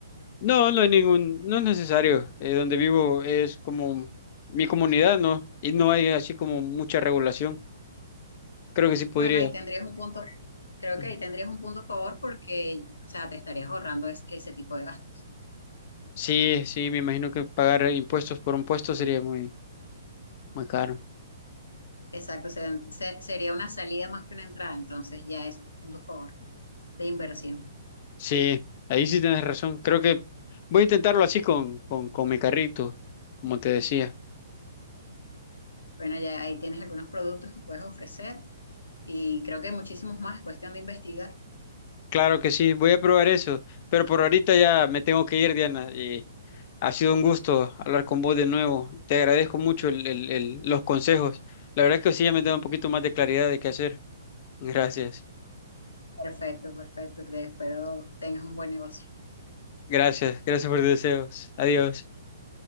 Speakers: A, on the left; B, on the left.
A: No, no hay ningún, no es necesario. Eh, donde vivo es como mi comunidad, ¿no? Y no hay así como mucha regulación. Creo que sí podría.
B: Bueno, ahí tendrías un punto, creo
A: Ujú.
B: que ahí tendrías un punto a favor porque, o sea, te estarías ahorrando es- ese tipo de gastos.
A: Sí, sí, me imagino que pagar impuestos por un puesto sería muy, muy caro.
B: Exacto, se- se- sería una salida más que una entrada, entonces ya eso es un punto a favor de inversión.
A: Sí, ahí sí tienes razón. Creo que voy a intentarlo así con, con, con mi carrito, como te decía.
B: Bueno, ya ahí tienes algunos productos que puedes ofrecer y creo que hay muchísimos más, es cuestión de investigar.
A: Claro que sí, voy a probar eso, pero por ahorita ya me tengo que ir, Diana, y ha sido un gusto hablar con vos de nuevo. Te agradezco mucho el- el- el- los consejos. La verdad es que sí, ya me da un poquito más de claridad de qué hacer. Gracias,
B: Perfecto, perfecto, te espero tengas un buen negocio.
A: gracias, gracias por tus deseos. Adiós.